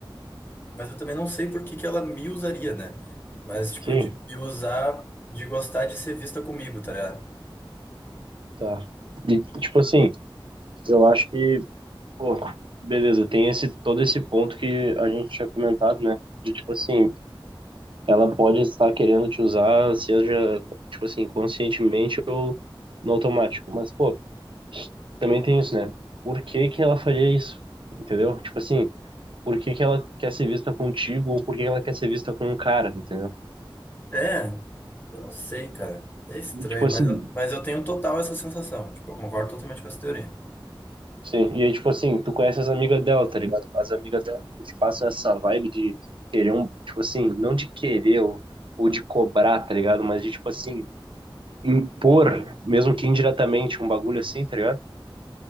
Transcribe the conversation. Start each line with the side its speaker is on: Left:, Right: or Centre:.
Left: mas eu também não sei por que que ela me usaria, né? Mas, tipo,
Right: Sim,
Left: de me usar, de gostar de ser vista comigo, tá ligado?
Right: tá. E, tipo assim, eu acho que, pô, beleza, tem esse, todo esse ponto que a gente tinha comentado, né? De, tipo assim, ela pode estar querendo te usar, seja, tipo assim, conscientemente ou no automático. Mas, pô, também tem isso, né? Por que que ela faria isso? Entendeu? Tipo assim, por que que ela quer ser vista contigo ou por que ela quer ser vista com um cara, entendeu?
Left: É, eu não sei, cara. É estranho,
Right: E, Tipo assim,
Left: mas eu, mas eu tenho total essa sensação. Tipo, eu concordo totalmente com essa teoria.
Right: sim. E aí, tipo assim, tu conhece as amigas dela, tá ligado? As amigas dela te passam essa vibe de querer um, tipo assim, não de querer ou, ou de cobrar, tá ligado? Mas de, tipo assim, impor, mesmo que indiretamente, um bagulho assim, tá ligado?